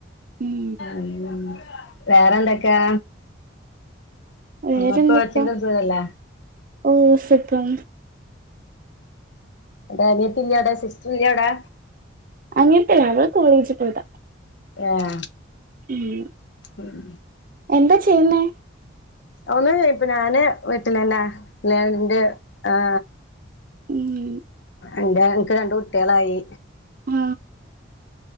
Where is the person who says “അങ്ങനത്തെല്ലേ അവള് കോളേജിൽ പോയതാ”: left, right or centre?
Right